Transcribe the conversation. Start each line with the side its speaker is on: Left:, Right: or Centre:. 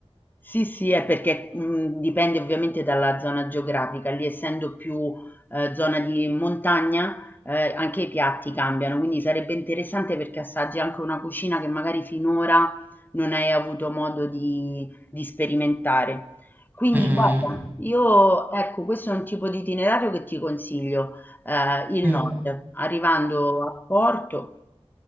Left: Sì, sì, è perché, mhmm, dipende ovviamente dalla zona geografica. Lì essendo più, ehm, zona di montagna, ehm, anche i piatti cambiano, quindi sarebbe interessante perché assaggi anche una cucina che magari finora non hai avuto modo di di sperimentare. Quindi
Right: Mm,
Left: guarda, io ecco, questo è un tipo di itinerario che ti consiglio, ehm, il
Right: mm, mm.
Left: nord, arrivando a Porto